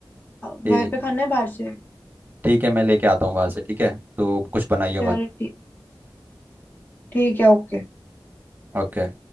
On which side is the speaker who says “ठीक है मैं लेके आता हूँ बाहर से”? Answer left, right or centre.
Right